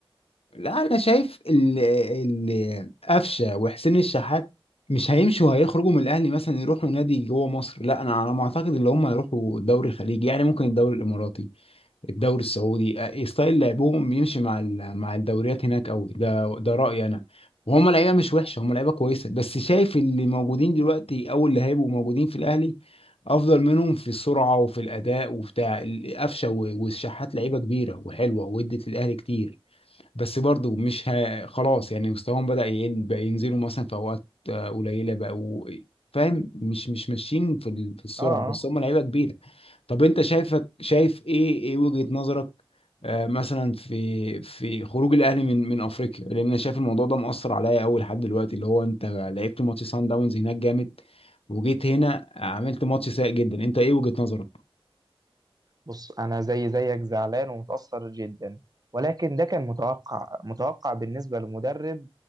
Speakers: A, on the left; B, on the right.
A: لا انا شايف ال ال قفشه وحسين الشحات مش هيمشوا هيخرجوا من الاهلي مثلا يروحوا نادي جوه مصر لا انا على ما اعتقد اللي هم هيروحوا الدوري الخليجي يعني ممكن الدوري الاماراتي الدوري السعودي آه، ستايل لعبهم يمشي مع ال- مع الدوريات هناك قوي ده ده رأيي انا وهم لعيبه مش وحشه هم لعيبه كويسه بس شايف اللي موجودين دلوقتي او اللي هيبقوا موجودين في الاهلي افضل منهم في السرعه وفي الاداء وبتاع القفشه و- والشحات لعيبه كبيره وحلوه وادت للاهلي كتير بس برضو مش ه... خلاص يعني مستواهم بدأ يقل بقى ينزلوا مثلا في اوقات آه، قليله بقوا فاهم مش مش ماشيين في ال- في السرعه
B: اه
A: بس هم لعيبه كبيره طب انت شايفك شايف ايه ايه وجهه نظرك آه، مثلا في في خروج الاهلي من من افريقيا لان انا شايف الموضوع ده مؤثر عليا قوي لحد دلوقتي اللي هو انت لعبت ماتش سان داونز هناك جامد وجيت هنا عملت ماتش سيء جدا انت ايه وجهه نظرك
B: بص أنا زي زيك زعلان ومتأثر جدا ولكن ده كان متوقع متوقع بالنسبة لمدرب